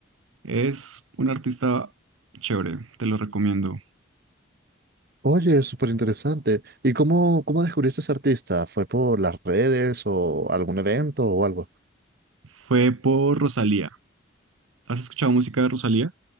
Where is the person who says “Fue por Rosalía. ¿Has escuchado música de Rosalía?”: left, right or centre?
Right